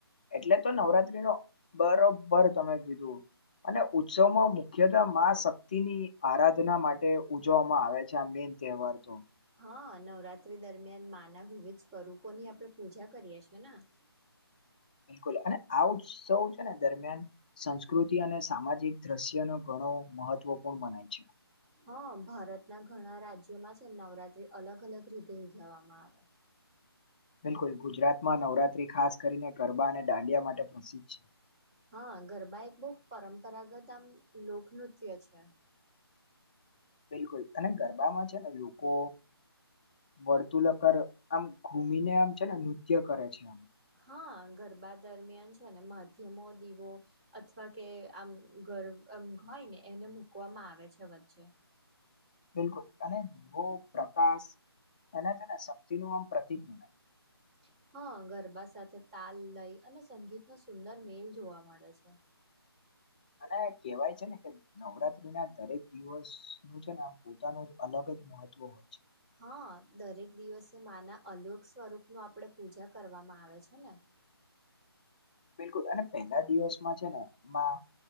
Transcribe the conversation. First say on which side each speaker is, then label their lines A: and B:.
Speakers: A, on the left; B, on the right.
A: એટલે તો નવરાત્રી નો બરોબર તમે કીધું. અને ઉત્સવમાં મુખ્યત માં શક્તિની આરાધના માટે ઉજવવામાં આવે છે આ મે તહેવાર તો.
B: હા, નવરાત્રી દરમિયાન મા ના વિવિધ સ્વરૂપો ની આપણે પૂજા કરીએ છે ને. હ
A: બિલકુલ અને આ ઉત્સવ છે ને દરમિયાન સંસ્કૃતિ અને સામાજિક દ્રશ્યનું ગણ હો મહત્વપૂર્ણ મનાય છે.
B: હા ભારતના ઘણા રાજ્યોમાં છે નવરાત્રી અલગ અલગ રીતે ઉજવવામાં આવે.
A: બિલકુલ ગુજરાતમાં નવરાત્રી ખાસ કરીને ગરબા અને દાંડિયા માટે પ્રસિદ્ધ છે.
B: હા, ગરબા એક બહ પરંપરાગત આમ લોકનૃત્ય છે.
A: બિલકુલ અને ગરબામાં છે ને લોકો વર્તુલક પર આમ ઘૂમીને આમ છે ને નૃત્ય કરે. છે આમ
B: હા. ગરબા દરમિયાન છે ને મધ્યમો દીવો અથવા કે આમ ગરમ ઘર ને એને મકવામાં આવે છે વચ્ચે
A: બિલકુલ અને દવો પ્રકાશ એના છે ને શક્તિનુંું આમ પ્રતિક મના
B: <inaudible> હા ગરબા સાથે તાલ લઈ અને સંગીતનોો સુંદર મેલ જોવા મળે છે <inaudible>
A: અને કેહેવાય છે ને કે નવરાત્રી ના દરેક દિવસ ન છે ને આમ પોતાનું અલગ જ મહત્વ હો છે
B: હા દરેક દિવસે મા ના અલોક સ્વરૂપ ન આપડે પૂજા કરવામાં આવે છે ને <inaudible>
A: બિલકુલ અને પહેલા દિવસમાં છે ને માં